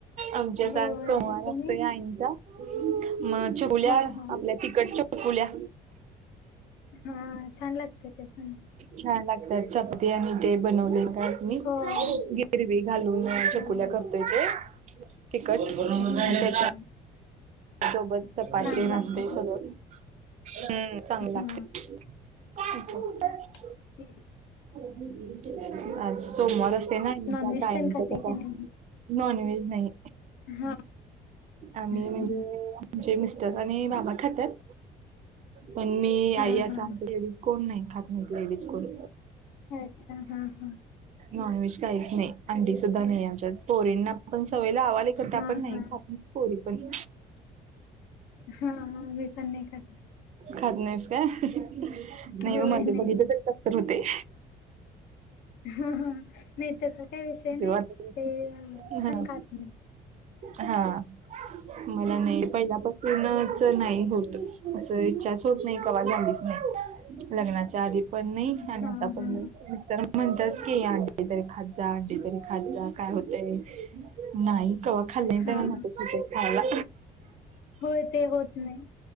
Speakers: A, on the right (about 45°); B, on the left (about 85°).
A: आमच्यात
B: होय
A: आज सोमवार
B: तुम्ही
A: असतोया आईंचा. मग चकुल्या,
B: हा हा
A: आपल्या तिकट चकुल्या
B: हा, छान लागतंयते पण.
A: छान लागतात चपाती, आणि ते बनवलेतआज मी,
B: होय
A: गिरवी छकुल्या
B: हा
A: करतोय ते तिखट,
B: हम्म हम्म हम्म
A: सोबत, चपाती
B: छान
A: तेन
B: लागत
A: असत्य
B: ते
A: सगळं हम चागलं लागतय.
B: हा
A: <unintelligible>
B: <unintelligible>
A: आज सोमवार असते ना, आई
B: नॉनव्हेज
A: चा कायचा
B: तेन खाते
A: च आता,
B: की नाही
A: नॉनव्हेज नाही,
B: हा
A: आम्ही
B: हम्म.
A: म्हणजे म्हणजे, मिस्टर आणि बाबा खत्यात, पण मी
B: हा
A: आई असं
B: हा
A: आमच्या लेडीज कोण नाही खात नाहीत लेडीज कोण.
B: अच्छा हा, हा,
A: नॉनव्हेज काहीच नाही, अंडी सुद्धा नाही आमच्यात पोरींना आपण सवय लावालोय, खरं त्या
B: हा
A: पण नाहीखात
B: हा
A: पोरी पण.
B: हा, मी पण नाही खात.
A: खात नाहीस काय, नाही
B: होय
A: मला ते
B: नाही
A: बघिततर
B: नाही
A: कसं तर होतेय.
B: ह, ह, नाही त्याचा काही विषय नाही,
A: तेव्हा
B: ते
A: हा
B: पण खात नाही.
A: हा, मला नाही पहिल्यापासून पूर्णच नाही होत असं इच्छाच होत नाही, कवा झालीच नाही. लग्नाच्या आधी पण नाही, आणि
B: हा
A: आता पण
B: हा
A: नाही. म्हणताात की, अंडी तरी खात जा, अंडी तरी खाज जा, काय होतंय. नाही, कवा खाल्ल्या
B: हा
A: त्यांना नकोच होतंय खायला.
B: होय ते होत नाही